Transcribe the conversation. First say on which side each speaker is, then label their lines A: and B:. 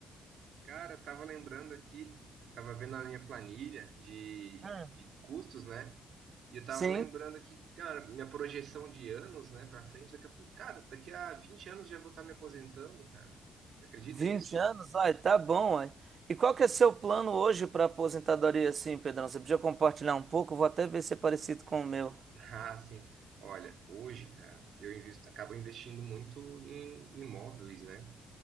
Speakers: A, on the right; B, on the right.
A: Cara, eu tava lembrando aqui, eu tava vendo a minha planilha de,
B: É.
A: de custos, né? E eu tava
B: Sim,
A: lembrando aqui, cara, minha projeção de anos, né, pra frente, daqui a pouco. Cara, daqui a 20 anos já vou estar me aposentando, cara. Você Acredita
B: Vinte
A: nisso? <laughs>
B: anos? Ai, tá bom, ai. E qual que é seu plano hoje para aposentadoria, assim, Pedrão? Você podia compartilhar um pouco? Eu Vou até ver se é parecido com o meu.
A: Ah, sim. Olha, hoje, cara, eu invisto, acabo investindo muito em imóveis, né?